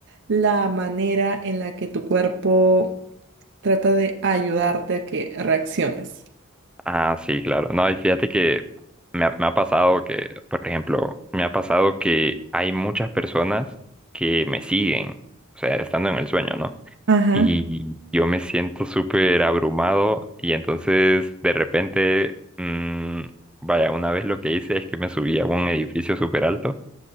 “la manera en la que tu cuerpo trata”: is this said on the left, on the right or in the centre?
Right